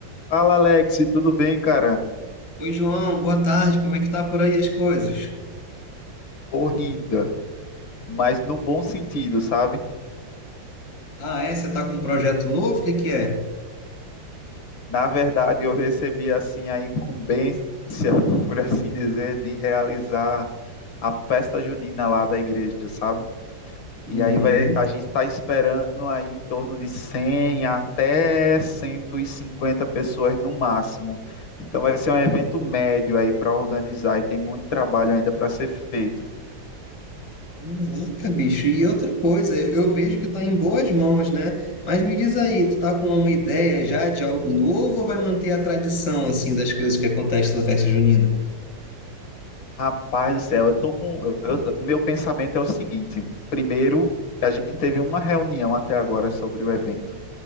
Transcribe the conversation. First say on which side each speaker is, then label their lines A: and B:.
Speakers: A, on the left; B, on the left.
A: Fala, Alex, tudo bem, cara?
B: Oi, João, boa tarde. Como é que tá por aí as coisas?
A: Corrida, mas no bom sentido, sabe?
B: Ah, é? Você tá com um projeto novo? O que que é?
A: Na verdade, eu recebi assim a incumbência, <laughs> por assim dizer, de realizar a festa junina lá da igreja, sabe? E
B: Uhum.
A: aí vai, a gente está esperando aí em torno de 100 até 150 pessoas no máximo. Então vai ser um evento médio aí para organizar e tem muito trabalho ainda para ser feito.
B: Caraca, bicho. E outra coisa, eu vejo que tá em boas mãos, né? Mas me diz aí, tu tá com uma ideia já de algo novo ou vai manter a tradição, assim, das coisas que acontecem na festa junina?
A: Rapaz do céu, eu tô com. eu- eu- o meu pensamento é o seguinte: primeiro, a gente teve uma reunião até agora sobre o evento,